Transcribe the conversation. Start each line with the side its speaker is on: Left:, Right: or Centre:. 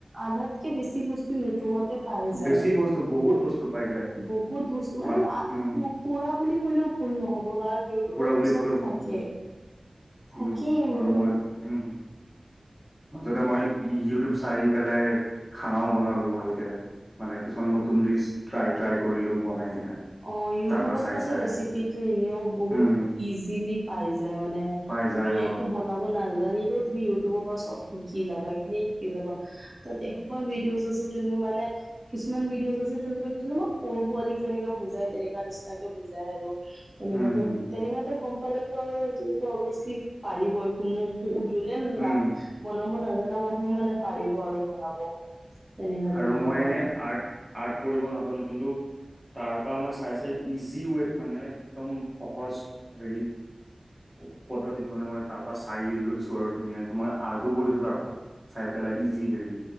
Right: আধাতকে বেছি বস্তু বতে পাই যায়,
Centre: বেছি বস্তু বহুত বস্তু পাই যায়
Right: বহুত বস্তু, মানে
Centre: মান
Right: ম আ,
Centre: উম
Right: পুৰা বুলি কলেও ভুল নহ'ব। কাৰণ ইউটিউবত
Centre: পুৰা বুলি
Right: চব
Centre: ক'লেও ভুল
Right: থাকে,
Centre: নহয়
Right: থাকি
Centre: উম
Right: উম।
Centre: আৰু মই উম, মাজতে মই ইউটিউব চাই পেলাই খানাও বনালো ভালকে, মানে কিছুমান নতুন ডিচ ট্ৰাই, ট্ৰাই কৰিলো বনাই। কিনে
Right: অ', ইউটিউবৰ
Centre: তাৰ পৰা চাই
Right: পৰাতো
Centre: চাই
Right: ৰেচিপিটো এনেও বহুত
Centre: উম।
Right: ইজিলি পাৰি এতিয়া মানে
Centre: পাই যায়
Right: তুমি
Centre: অ
Right: একো বনাব নাজানিলেওঁ তুমি ইউটিউবৰ পৰাও চব শিক শিকি যাবা এনেই শিকি যাবা তাত এসোপা ভিডিঅ'জ আছে যোনবোৰ মানে কিছুমান ভিডিঅ'জ আছে তেনেকা সৰু পোৱালীক যেনেকে বুজাই বুজাই তেনেকুৱা নিচিনাকে বুজাই আৰু তেনেকাকে
Centre: উম হম
Right: তেনেকাতে গম ফালেতো আৰু তেতিয়াটো অভিয়াচলি পাৰিবই কোনো কো যোনে
Centre: উম
Right: না বনাব নাজানে না মানুহও মানে পাৰিব আৰু বনাব তেনেকা টাইপৰ
Centre: আৰু মই
Right: হয়।
Centre: এনেই আৰ্ট আৰ্ট কৰিব নাজানো কিন্তু তাৰ পৰা মই চাই চাই ইজি ৱেট মানে একদম সহজ হেৰিত পদ্ধতিত মানে মই তাৰ পৰা চাই লৈছো আৰু ধুনীয়াকে মই আৰ্টো কৰিছো তাৰ পৰা চাই পেলাই ইজি হেৰি